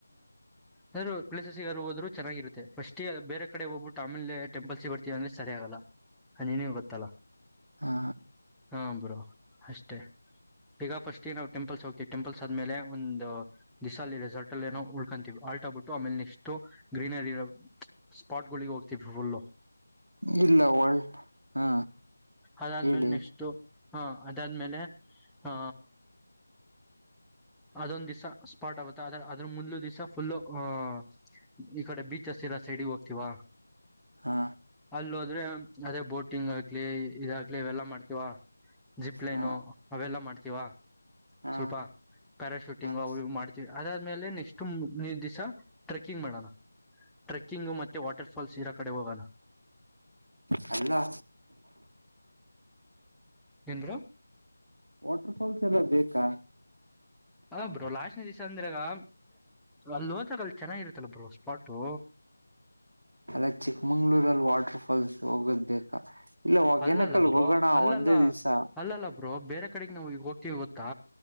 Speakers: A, in the centre; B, on the right.
A: ಬೆರೆವು ಪ್ಲೇಸಸ್ಗೆಗಾರರು ಹೋದ್ರು ಚೆನ್ನಾಗಿರುತ್ತೆ ಫಸ್ಟ ಬೇರೆ ಕಡೆ ಹೋಗ್ಬಿಟ್ಟು ಆಮೇಲೆ. ಟೆಂಪಲ್ಸ್ಗ್ ಬರ್ತೀವಿ ಅಂದೆ ಸರಿ ಆಗಲ್ಲ ನೀನೇ ಗೊತ್ತಲ್ಲ.
B: ಹಾ
A: ಹಾ ಬ್ರೋ ಅಷ್ಟೇ. ಈಗ ಫಸ್ಟ್ ನಾವು ಟೆಂಪಲ್ಸ್ ಹೋಗ್ತಿವಿ ಟೆಂಪಲ್ ಆದ್ಮೇಲೆ ಒಂದು ದಿಸ ಅಲ್ಲಿ ರೆಸಲ್ಟ್ ಅ ಏನೋ. ಕಂತೀವಿ ಆಲ್ಟಾಹಾಗಿ ಬಿಟ್ಟು ಆಮೇಲೆ ನೆಕ್ಸ್ಟ್ ಗ್ರೀನರಿ ಸ್ಪಾಟ್ ಗಳಿಗೆ ಹೋಗ್ತೀವಿ ಫುಲ್.
B: ಇಲ್ಲ ಹಾ
A: ಅದಾದ್ಮೇಲೆ
B: ಹೇಳಿ.
A: ನೆಕ್ಸ್ಟ್ ಹಾ ಅದಾದ್ಮೇಲೆ ಆ. ಅದೊಂದ್ ದಿವ್ಸ ಸ್ಪಾಟ್ ಆಗುತ್ತೆ ಅದ್ರ ಅದ್ರ ಮುದ್ಲು ದಿವ್ ಫುಲ್ಲು ಅಹ. ಈ ಕಡೆ ಬೀಚ್ಗಳು ಇರೋ ಸೈಡಈಗೆ ಹೋಗ್ತೀವಾ
B: ಹಾ
A: ಅಲ್ಲಿ ಹೋದ್ರೆ ಅದೇ ಬೋಟ್- ಕಿಂಗ್ ಆಕ್ಲಿ ಇದಾಗಲಿ ಅವೆಲ್ಲಾ ಮಾಡ್ತೀವ ಜಿಪ್ ಲೈನು
B: ಹಾ
A: ಅವೆಲ್ಲಾ ಮಾಡ್ತೀವ
B: ಹಾ
A: ಸ್ವಲ್ಪ ಪ್ಯಾರಾಶೂಟಿಂಗ್
B: ಹಾ
A: ಅವರು ಮಾಡ್- ಅದಾದ್ಮೇಲೆ ನೆಕ್ಸ್ಟ್ ನಿ ದಿವಸ ಟ್ರೆಕ್ಕಿಂಗ್ ಮಾಡೋಣ- ಟ್ರಕ್ಕಿಂಗ ಮತ್ತೆ ವಾಟರ್ ಫಾಲ್ಸ್ ಇರ ಕಡೆ ಹೋಗೋಣ
B: ಹಾ
A: ಏನ್ ಬ್ರೋ
B: ವಾಟರ್ ಫಾಲ್ಸ್ ಎಲ್ಲ ಬೇಕಾ.
A: ಹ ಬ್ರೋ ಲಾಸ್ಟ್ನ ದಿಸ ಅಂದ್ರೆ ಅ ಅಲ್ಲಿ ಹೋದಾಗ ಅಲ್ಲಿ ಚೆನ್ನಾಗಿರುತ್ತಲ್ಲ ಬ್ರೋ ಸ್ಪಾಟೂ.
B: ಅಲ್ಲ ಚಿಕ್ಕಮಂಗ್ಳೂರಲ್ಲಿ ವಾಟರ್ ಫಾಲ್ಸ್ ಹೋಗಬೇಕಾ. ಇಲ್ಲ ಹೊಗೇನಕಲ್
A: ಅಲ್ಲಲ್ಲ ಬ್ರೋ
B: ಹೋಗೋಣ
A: ಅಲ್ಲಲ್ಲ
B: ಒಂದೇ ದಿವ್ಸ.
A: ಅಲ್ಲಲ್ಲ ಬ್ರೋ ಬೇರೆ ಕಡೆಗೆ ನಾವು ಈಗ ಹೋಗ್ತೀವಿ ಗೊತ್ತಾ